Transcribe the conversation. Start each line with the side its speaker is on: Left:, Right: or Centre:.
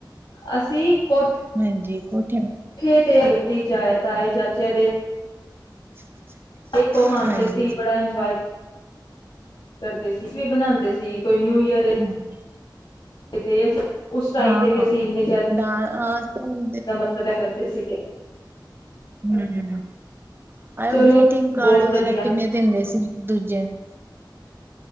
Left: ਅਸੀਂ ਹੋਰ
Right: ਹਾਂਜੀ ਕੁਛ
Left: ਠੇ ਤੇ ਗਿਪਟੀ ਚਏ ਤਾਏ ਚਾਚੇ ਦੇ
Right: <unintelligible>
Left: ਦੇਖੋ ਹਣਦੇ
Right: ਹਾਂਜੀ
Left: ਸੀ ਬੜਾ ਇੰਜੋਏ ਕਰਦੇ ਸੀ ਵੀ ਬਣਾਉਂਦੇ ਸੀ। ਕੋਈ ਨਿਊਈਅਰ ਹੈ।
Right: ਹਾਂਜੀ
Left: ਤੇ ਤੇ ਅਸੀਂ ਉਸ ਟਾਈਮ
Right: ਹਾਂ
Left: ਵੀ ਇੰਨੇ ਜ਼ਿਆਦਾ
Right: ਡ ਆਜ ਕੱਲ
Left: ਮਤਲਬ ਕਰਦੇ ਸੀਗੇ
Right: ਹਮ ਆ
Left: ਚਲੋ
Right: ਗ੍ਰੀਟਿੰਗ ਕਾਰਡ
Left: ਬਹੁਤ
Right: ਵਗੈਰਾ
Left: ਵਧੀਆ
Right: ਕਿੰਨੇ ਦਿੰਦੇ ਸੀ ਇੱਕ ਦੂਜੇ ਨੂੰ